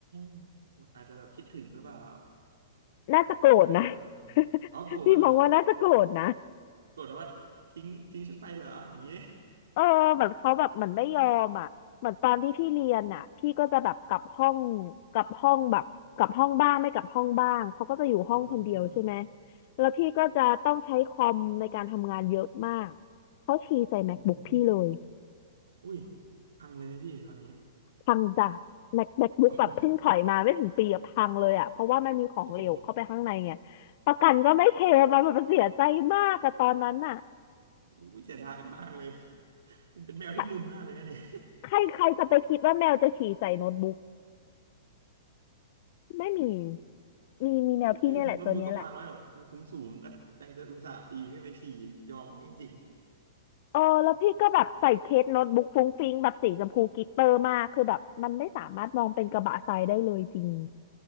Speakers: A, on the right; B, on the left.
A: อาจจะแบบคิดถึงหรือเปล่า
B: น่าจะโกรธนะ
A: ก็เลยแบบอมอ๋อโกรธ
B: <laughs> พี่มองว่าน่าจะโกรธนะ
A: โกรธว่าทิ้งทิ้งฉันไปเหรออย่างงี้
B: เออเหมือนเขาแบบเหมือนไม่ยอมอ่ะเหมือนตอนที่พี่เรียนอ่ะพี่ก็จะแบบกลับห้อง
A: อืม
B: กลับห้องแบบกลับห้องบ้างไม่กลับห้องบ้างเขาก็จะอยู่ห้องคนเดียวใช่ไหม
A: เอาครับ
B: แล้วพี่ก็จะต้องใช้คอมในการทำงานเยอะมากเขาฉี่ใส่ MacBook
A: อืม
B: พี่เลย
A: อุ้ยพังเลยไหมพี่คราวนี้
B: พังจ้ะ Mac MacBook
A: โอ้โห
B: แบบเพิ่งถอยมาไม่ถึงปีอะพังเลยอ่ะเพราะว่ามันมีของเหลวเข้าไปข้างในไง
A: โอ้โห
B: ประกันก็ไม่เคลมอะมันเสียใจมากอะตอนนั้นน่ะ
A: อุ้ยเสียดายมากเลยผมเป็นแมวที่มึนมากเลยนะเนี่ย
B: ใครใครใครจะไปคิดว่าแมวจะฉี่ใส่โน้ตบุ๊ก ไม่มี มีมีแนวพี่เนี่ยแหละตัวเนี้ยแหละ
A: <laughs> ก็คือโน้ตบุ๊กก็วางไว้แบบสูงสูงก็ยังจะอุตส่าห์ปีนขึ้นไปฉี่ยอมไว้จริง
B: เออแล้วพี่ก็แบบใส่เคสโน้ตบุ๊กฟุ้งฟิ้งแบบสีชมพูกลิตเตอร์มากคือแบบมันไม่สามารถมองเป็นกระบะทรายได้เลยจริง